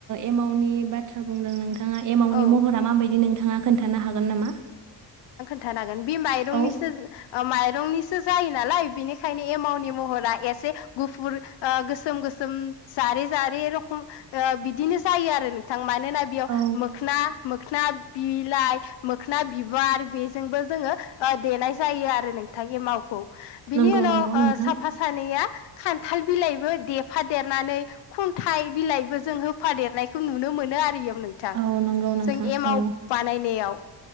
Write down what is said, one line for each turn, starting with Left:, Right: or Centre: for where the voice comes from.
Right: एमावनि बाथ्रा बुंदों नों थाङा एमावनि
Left: औ
Right: महरा माबायदि नों थाङा खोन खोन्थानो हागोन नामा
Left: <unintelligible> बि माइरंनिसो
Right: औ
Left: ओ माइ रंनिसो जायो नालाय बेनिखायनो एमावनि महरा एसे गुफुर ओ गोसोम गोसोम जारे जारे रखम ओ बिदिनो जायो आरो नोंथां मा ना बेयाव
Right: औ
Left: मोखना मोखोना बिलाइ मोखोना बिबार आरो बेजोंबो जोङो देनाय जायो आरो नोंथां एमाव खौ बिनि
Right: नंगौ
Left: उनाव
Right: नंगौ
Left: ओ
Right: नोंथां
Left: साफा सानैया खान्थाल बिलाइबो देफादेरनानै खुन्थाइ बिलाइबो जों होफादेरनायखौ नुनो मोनो आरो नोंथां
Right: औ नंगौ नोंथां
Left: जों एमाव
Right: औ
Left: बानायनायाव